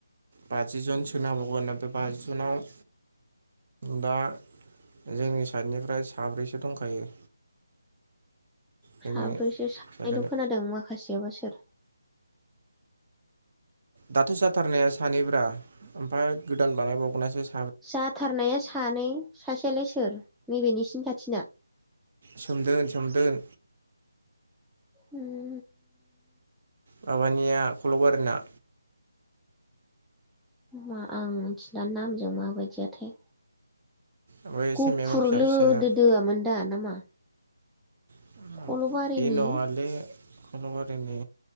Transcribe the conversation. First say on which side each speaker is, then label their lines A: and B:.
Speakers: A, on the right; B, in the centre.
A: बाजि जन सोनो हाबावगोन आमफ्राय बाजिजोनाव दा जोंनि साइडनिफ्राय साब्रैसो दंखायो जोंनि
B: साब्रैसो सानैल'
A: जायगानि
B: खोनादों माखासेयाबा सोर।
A: दाथ' जाथारनाया सानै ब्रा ओमफाय गोदान बानायबावनायासो सा
B: जाथारनाया सानै सासेयालाय सोर नैबे नोंसिनि खाथिना?
A: सोमदोन-सोमदोन।
B: ओम
A: माबानिया ख'ल'बारिना।
B: मा आं मिथिला नामजों माबायदियाथाय।
A: ओमफ्राय एसे
B: गुफुर
A: मेगन फिसा
B: लोदोदोआ
A: फिसाया
B: मोनदा नामा?
A: <unintelligible>
B: खल'बारिनि
A: ए नङालै फ'ल'बारिनि।